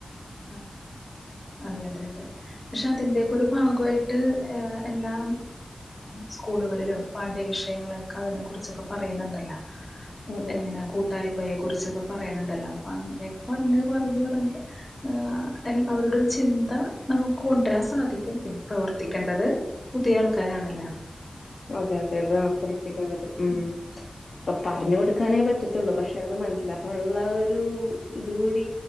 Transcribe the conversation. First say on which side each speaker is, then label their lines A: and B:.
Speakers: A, on the left; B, on the left.
A: ആ അതെയതെ അതെ പക്ഷെ അതിൻ്റെ ഒരു ഭാഗായിട്ട് എല്ലാ സ്കൂളുകളിലും പാഠ്യ വിഷയങ്ങളൊക്കെ അതിനെക്കുറിച്ചൊക്കെ പറയുന്നുണ്ടല്ലോ
B: അതെ
A: എങ്ങനെ കൂട്ടായി അമ്മയെ കുറിച്ചൊക്കെ പറയണ്ല്ലോ അപ്പൊ അങ്ങനെയൊക്കെ പറഞ്ഞ് പറഞ്ഞ് പറഞ്ഞ് ആ അവരുടൊരു ചിന്ത നമുക്ക് കൊണ്ടരാന് സാധിക്കും പിന്നെ പ്രവർത്തിക്കേണ്ടത് പുതിയാൾ ണ്ടരാണല്ലോ
B: അതെയതെ ആ പ്രവത്തിക്കേണ്ടത് മ്മ്
A: ഉം,
B: പ്പോ പറഞ്ഞുകൊടു ക്കാനെ പറ്റത്തുള്ളൂ പക്ഷേ അത് മൻസ് സ്സിലാക്കാനുള്ള ഒരു ഇതുകൂടി